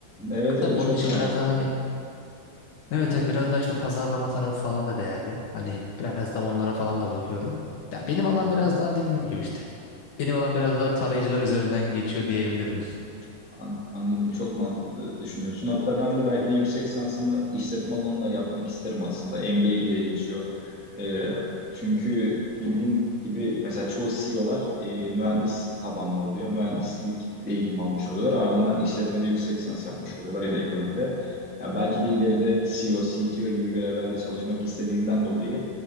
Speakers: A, in the centre; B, on the left.
A: Evet evet
B: Tabii
A: çok
B: onun için
A: mantıklı.
B: biraz daha hani evet evet biraz daha işte pazarlama tarafı falan da değerli. Hani biraz da onlara falan da bakıyorum. Ya benim
A: Hı
B: alan biraz daha dediğim gibi işte. Benim alan biraz daha tarayıcılar üzerinden geçiyor diyebilirim.
A: hı. An- Anladım. Çok mantıklı düşünüyorsun. Hatta ben de belki de yüksek lisansımı işletme alanında yapmak isterim aslında. MBA diye geçiyor. Ee, çünkü bildiğin gibi mesela çoğu CEO'lar e, O'lar e, mühendis tabanlı oluyor. Mühendislik eğitim almış oluyorlar. Ardından işletmede yüksek lisans yapmış oluyorlar ya da ekonomide. Ya belki de ileride CEO, CTO gibi görevlerde çalışmak istediğimden dolayı